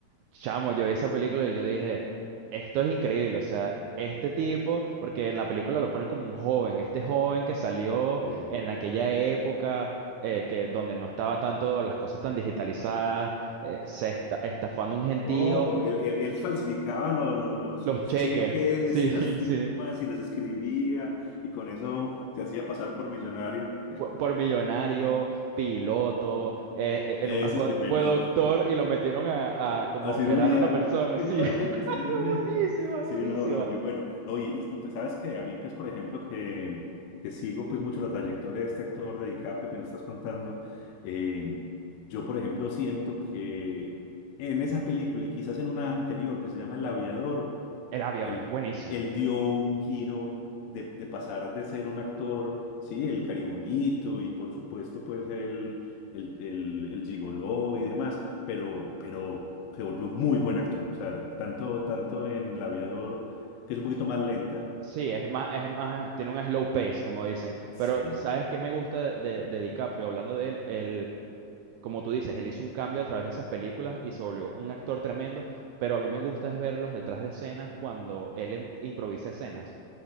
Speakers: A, on the right (about 85°); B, on the left (about 85°).
A: Chamo, yo vi esa película y yo dije, esto es increíble, o sea, este tipo, porque en la película lo ponen como un joven, este joven que salió
B: Eh,
A: en aquella época eh, que donde no estaba tanto las cosas tan digitalizadas, eh, se esta- estafando un gentío,
B: no, él, él- él falsificaba lo- lo- los,
A: los
B: los
A: cheques,
B: cheques
A: sí,
B: y
A: <laughs>
B: las firmas
A: sí,
B: y las escribía y con eso se hacía pasar por millonario.
A: fue- por, millonario, piloto, eh, eh,
B: Ese
A: en una fue,
B: es que piloto.
A: fue doctor y lo metieron a,
B: <laughs>
A: a como
B: A
A: a
B: cirugía,
A: operar a una persona,
B: imagínese,
A: sí, <laughs>
B: Dios mío.
A: buenísima,
B: Sí,
A: buenísima.
B: no, no, muy bueno. No, y, y, y, pues, sabes que a mí, pues, por ejemplo, que, que sigo pues mucho la trayectoria de este actor de DiCaprio que nos estás contando, eh, yo, por ejemplo, siento que en esa película y quizás en una anterior que se llama El Aviador,
A: El aviador
B: él,
A: es buenísima.
B: él dio un giro de, de pasar de ser un actor, sí, el caribonito y por supuesto pues el, el, el, el gigoló y demás, pero, pero se volvió un muy buen actor. O sea, tanto, tanto en El Aviador, que es un poquito más lenta.
A: Sí, es más, es más, tiene un slow pace, como dicen.
B: Sí,
A: Pero, ¿sabes qué me gusta de, de DiCaprio? Hablando de él, él, como tú dices, él hizo un cambio a través de esas películas y se volvió un actor tremendo, pero a mí me gusta es verlos detrás de escenas cuando él em- improvisa escenas.